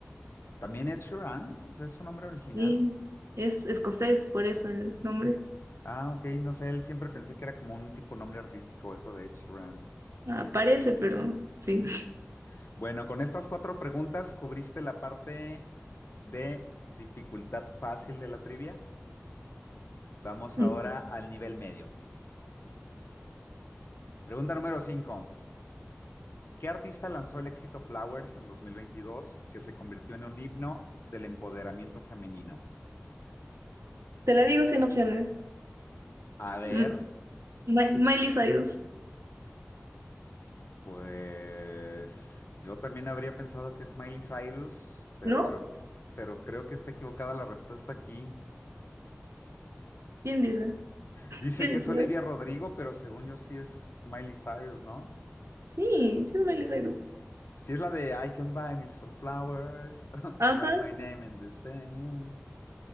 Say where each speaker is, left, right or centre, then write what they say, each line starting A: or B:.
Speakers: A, on the left (about 60°); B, on the right (about 80°).
A: También Ed Sheeran, ¿es su nombre original?
B: Y es escocés, por eso el nombre
A: Ah, ok, no sé, él siempre pensé que era como un tipo nombre artístico eso de Ed Sheeran.
B: aparece, pero sí.
A: <laughs> Bueno, con estas cuatro preguntas cubriste la parte de dificultad fácil de la trivia. Vamos ahora
B: Mm.
A: al nivel medio. Pregunta número 5: ¿Qué artista lanzó el éxito Flowers en 2022 que se convirtió en un himno del empoderamiento femenino?
B: Te la digo sin opciones.
A: A ver,
B: M- Mi- Miley Cyrus,
A: pues yo también habría pensado que es Miley Cyrus, pero
B: ¿no?
A: creo, pero creo que está equivocada la respuesta aquí.
B: ¿Quién dice?
A: Dice
B: ¿Quién
A: que
B: dice?
A: es Olivia Rodrigo, pero según yo sí es Miley Cyrus, ¿no?
B: Sí, sí es Miley Cyrus.
A: Sí es la de I can buy me some flowers, <laughs>
B: Ajá,
A: write my name in the sand.